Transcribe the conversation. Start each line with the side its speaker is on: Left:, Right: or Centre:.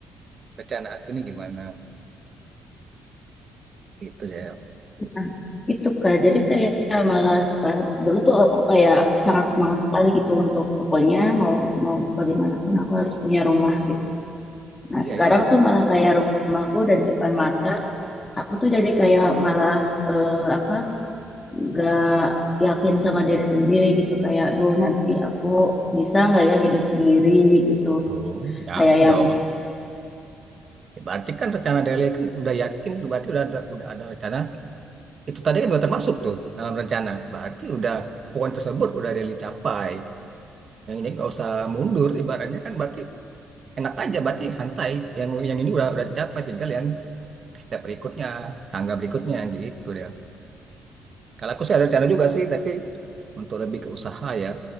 Right: rencana aku ini gimana gitu deh ya
Left: Nah, itu Kak. Jadi kayak malah sekarang dulu tuh aku kayak sangat semangat sekali gitu untuk pokoknya mau mau bagaimanapun aku harus punya rumah gitu. Nah,
Right: iya
Left: sekarang tuh malah kayak rumahku dari depan mata, aku tuh jadi kayak malah eh, apa gak yakin sama diri sendiri gitu kayak aduh nanti aku bisa nggak ya hidup sendiri gitu
Right: Oh, jangan
Left: kayak yang
Right: dong. Ya, berarti kan rencana Dele kan udah yakin, berarti udah ada, udah ada rencana. Itu tadi kan udah termasuk tuh dalam rencana. Berarti udah poin tersebut udah Dele capai. Yang ini nggak usah mundur, ibaratnya kan berarti enak aja, berarti santai. Yang yang ini udah udah capai, tinggal yang step berikutnya, tangga berikutnya gitu deh. Kalau aku sih ada rencana juga sih, tapi untuk lebih ke usaha ya,